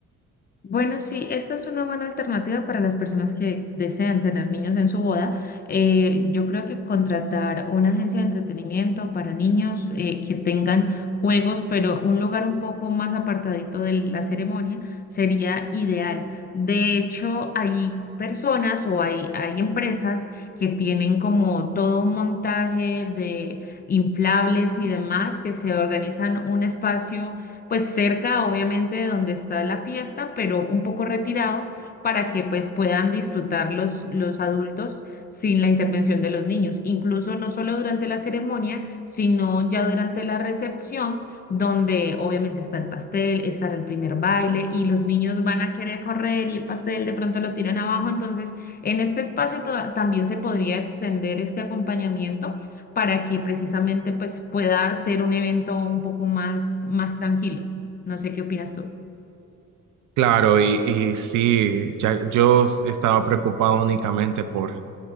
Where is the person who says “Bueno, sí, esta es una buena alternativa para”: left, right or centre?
Left